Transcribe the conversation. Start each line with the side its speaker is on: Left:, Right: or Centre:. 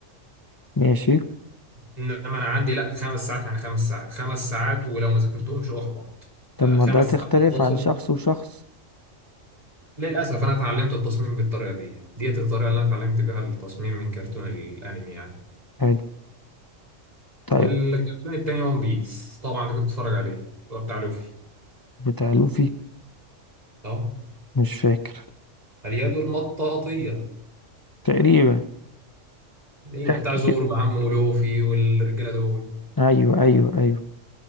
Left: ماشي
Right: انما انا عندي لا خمس ساعات يعني خمس ساعات خمس ساعات ولو ما ذاكرتهمش احبط
Left: طب
Right: آه،
Left: ما
Right: خمس
Left: ده تختلف
Right: ساعات متواصل
Left: عن شخص وشخص
Right: للاسف انا اتعلمت التصميم بالطريقة دي ديت الطريقة اللي انا اتعلمت بيها التصميم من كرتون الانمي يعني
Left: حلو طيب
Right: والكرتون التاني ون بيس طبعا انت كنت بتتفرج عليه هو بتاع لوفي
Left: بتاع لوفي
Right: اه
Left: مش فاكر
Right: اليد المطاطية
Left: تقريبا
Right: اللي هي
Left: احكي
Right: بتاع زورو
Left: كده
Right: وعمه ولوفي والرجالة دول
Left: ايوه ايوه ايوه